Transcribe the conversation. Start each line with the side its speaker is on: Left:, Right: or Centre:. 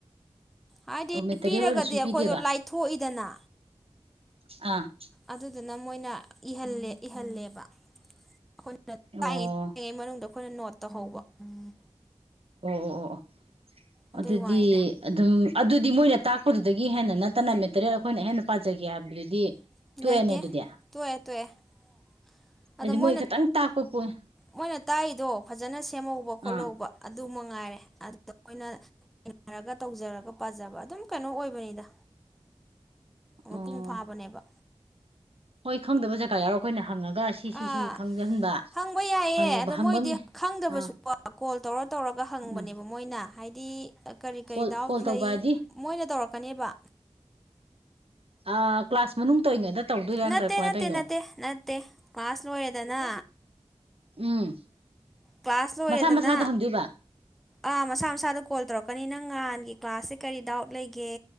Centre: ꯍꯥꯏꯗꯤ
Right: ꯑꯣ ꯃꯦꯇꯔꯤꯌꯦꯜ
Centre: ꯄꯤꯔꯒꯗꯤ
Right: ꯑꯣꯏꯅꯁꯨ
Centre: ꯑꯩꯈꯣꯏꯗꯣ
Right: ꯄꯤꯗꯦꯕ
Centre: ꯂꯥꯏꯊꯣꯛꯏꯗꯅ
Right: ꯑ
Centre: ꯑꯗꯨꯗꯨꯅ ꯃꯣꯏꯅꯍꯜꯂꯦ ꯏꯍꯜꯂꯦꯕ ꯑꯩꯈꯣꯏꯅ ꯇꯥꯛꯏꯉꯤ
Right: ꯑꯣ
Centre: ꯇꯥꯛꯏꯉꯩ ꯃꯅꯨꯡꯗ ꯑꯩꯈꯣꯏꯅ ꯅꯣꯠ ꯇꯧꯍꯧꯕ ꯎꯝ
Right: ꯑꯣ ꯑꯣ ꯑꯣ
Centre: ꯑꯗꯨꯏ
Right: ꯑꯗꯨꯗꯤ
Centre: ꯋꯥꯅꯤꯗ
Right: ꯑꯗꯨꯝ ꯑꯗꯨꯗꯤ ꯃꯣꯏꯅ ꯇꯥꯛꯄꯗꯨꯗꯒꯤ ꯍꯦꯟꯅ ꯅꯠꯇꯅ ꯃꯦꯇꯔꯤꯌꯦꯜ ꯑꯩꯈꯣꯏꯅ ꯍꯦꯟꯅ ꯄꯥꯖꯒꯦ ꯍꯥꯏꯕꯗꯨꯗꯤ
Centre: <unintelligible> <unintelligible>
Right: ꯇꯣꯛꯑꯦꯅꯦ ꯑꯗꯨꯗꯤ ꯍꯥꯏꯗꯤ
Centre: ꯑꯗꯣ
Right: ꯃꯣꯏ
Centre: ꯃꯣꯏꯅ
Right: ꯈꯤꯇꯪ ꯇꯥꯛꯄ ꯄꯣꯏ
Centre: ꯃꯣꯏꯅ ꯇꯥꯛꯏꯗꯣ ꯐꯖꯅ ꯁꯦꯝꯍꯧꯕ ꯈꯣꯠꯍꯧꯕ
Right: ꯑꯥ
Centre: ꯑꯗꯨ ꯃꯉꯥꯏꯔꯦ ꯑꯣꯏꯅ ꯅꯩꯅꯔꯒ ꯇꯧꯖꯔꯒ ꯄꯥꯖꯕ ꯑꯗꯨꯝ ꯀꯩꯅꯣ ꯑꯣꯏꯕꯅꯤꯗ ꯃꯄꯨꯡ
Right: ꯑꯣ
Centre: ꯐꯥꯕꯅꯦꯕ
Right: ꯍꯣꯏ ꯈꯪꯕ ꯖꯒꯥ ꯌꯥꯎꯔ ꯑꯩꯈꯣꯏꯅ ꯍꯪꯉꯒ ꯁꯤ ꯁꯤ
Centre: ꯑꯥ
Right: ꯁꯤ ꯈꯪꯖꯍꯟꯕ
Centre: ꯍꯪꯕ ꯌꯥꯏꯌꯦ
Right: ꯍꯪꯕ
Centre: ꯑꯗꯣ
Right: ꯍꯪꯐꯝꯅꯤ
Centre: ꯃꯣꯏꯗꯤ ꯈꯪꯗꯕꯁꯨꯀꯣ
Right: ꯑꯥ
Centre: ꯀꯣꯜ ꯇꯧꯔ ꯇꯧꯔꯒ ꯍꯪꯕꯅꯦꯕ
Right: ꯎꯝ
Centre: ꯃꯣꯏꯅ ꯍꯥꯏꯗꯤ ꯀꯔꯤ ꯀꯔꯤ
Right: ꯀꯣꯜ
Centre: ꯗꯥꯎꯠ
Right: ꯀꯣꯜ ꯇꯧꯕ
Centre: ꯂꯩ
Right: ꯍꯥꯏꯗꯤ
Centre: ꯃꯣꯏꯅ ꯇꯧꯔꯛꯀꯅꯦꯕ
Right: ꯑ ꯀ꯭ꯂꯥꯁ ꯃꯅꯨꯡ ꯇꯧꯔꯤꯉꯩꯗ ꯇꯧꯗꯣꯏꯔꯥ ꯅꯠꯇ꯭ꯔꯥ
Centre: ꯅꯠꯇꯦ
Right: ꯀꯃꯥꯏꯅ
Centre: ꯅꯠꯇꯦ
Right: ꯇꯧꯔꯤꯅꯣ
Centre: ꯅꯠꯇꯦ ꯅꯠꯇꯦ ꯀ꯭ꯂꯥꯁ ꯂꯣꯏꯔꯦꯗꯅ
Right: ꯎꯝ
Centre: ꯀ꯭ꯂꯥꯁ ꯂꯧꯔꯦꯗꯅ
Right: ꯃꯁꯥ ꯃꯁꯥꯗ ꯍꯪꯗꯣꯏꯕ
Centre: ꯑ ꯃꯁꯥ ꯃꯁꯥꯗ ꯀꯣꯜ ꯇꯧꯔꯛꯀꯅꯤ ꯅꯪ ꯅꯍꯥꯟꯒꯤ ꯀ꯭ꯂꯥꯁꯁꯦ ꯀꯔꯤ ꯗꯥꯎꯠ ꯂꯩꯒꯦ